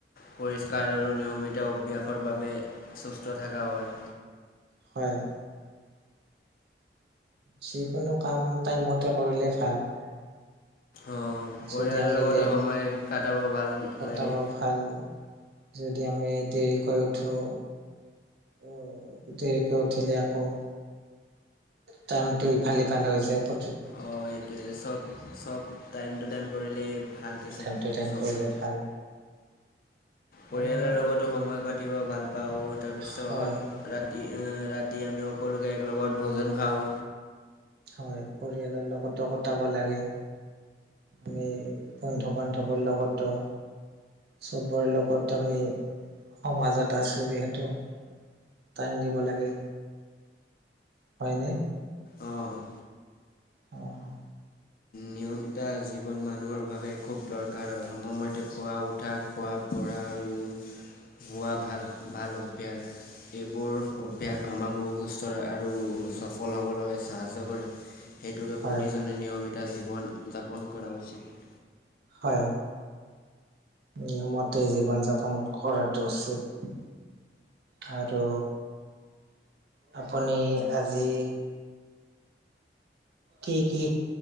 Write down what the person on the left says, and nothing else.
পৰিষ্কাৰ আৰু নিয়মিত অভ্যাসৰ বাবে সুস্থ থকা হয়।
অঁ', পৰিয়ালৰ
লগতো
সময় কাটাব ভাল।
লাগে
অ' এইটোৱে চব চব টাইম টু টাইম কৰিলেই ভালকে চব
চব
হয়
পৰিয়ালৰ
লগতো সময় কাটিব ভাল পাও তাৰপিছত
ৰাতি আ ৰাতি আমি সকলোকে একেলগত ভোজন খাওঁ।
অঁ'।
নিও নমিতা জীৱন মানুহৰ বাবে খুব দৰকাৰ হয় সময়মতে খোৱা, উঠা, খোৱা পৰা আৰু হোৱা ভাল - ভাল অভ্যাস। এইবোৰ অভ্যাস আমাকো সুস্থ আৰু সফল হ'বলৈ সাহাৰ্য্য কৰে। সেইটোকে
প্ৰতিজনে নিয়মিতা জীৱন- যাপন কৰা উচিত।